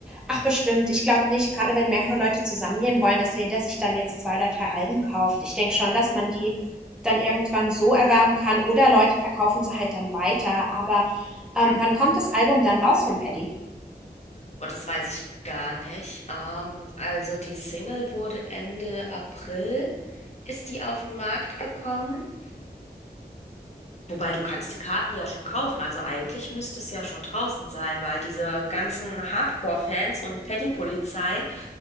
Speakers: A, in the centre; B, on the left.
A: Ach bestimmt, ich glaube nicht, gerade wenn mehrere Leute zusammengehen wollen, dass jeder sich dann jetzt zwei oder drei Alben kauft. Ich denke schon, dass man die dann irgendwann so erwerben kann oder Leute verkaufen sie halt dann weiter. Aber ähm, wann kommt das Album dann raus von Paddy?
B: Und das weiß ich gar nicht. Ähm, also die Single wurde Ende April, ist die auf den Markt gekommen. Wobei du kannst die Karten ja schon kaufen, also eigentlich müsste es ja schon draußen sein, weil diese ganzen Hardcore-Fans und Paddy-Polizei,